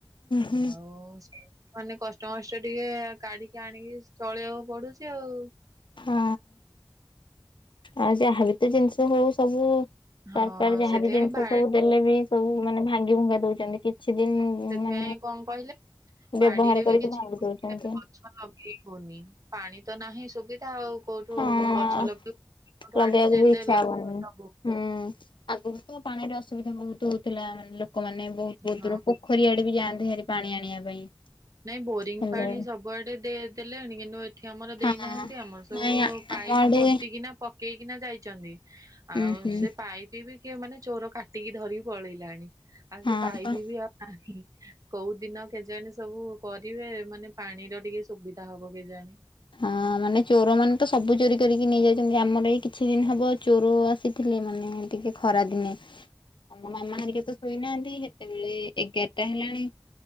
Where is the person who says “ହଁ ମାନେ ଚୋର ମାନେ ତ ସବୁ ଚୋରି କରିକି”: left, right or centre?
Left